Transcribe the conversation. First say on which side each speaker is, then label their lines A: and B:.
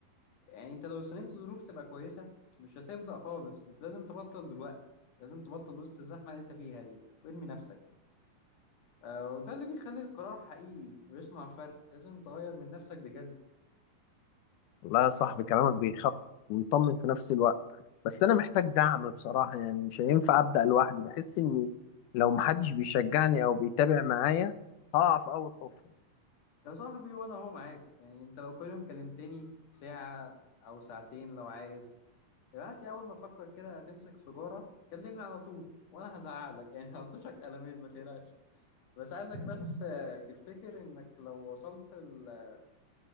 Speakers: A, on the left; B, on the left.
A: يعني انت لو استنيت الظروف تبقى كويسة مش هتبدأ خالص انت لازم تبطل دلوقتي لازم تبطل وسط الزحمة اللي انت فيها دي وارمي نفسك آه وده اللي بيخلي القرار حقيقي ويصنع فرق لازم تغير من نفسك بجد
B: والله يا صاحبي كلامك بيخوف ويطمن في نفس الوقت بس انا محتاج دعم بصراحة يعني مش هينفع ابدأ لوحدي بحس اني لو محدش بيشجعني او بيتابع معايا هقع في اول حفرة
A: يا صاحبي وانا اهو معاك يعني انت لو كل يوم كلمتني ساعة او ساعتين لو عايز ابعت لي اول ما تفكر كده تمسك سيجارة كلمني على طول وانا هزعلك يعني هلطشك قلمين ما تقلقش بس عايزك بس آه، تفتكر انك لو وصلت ل-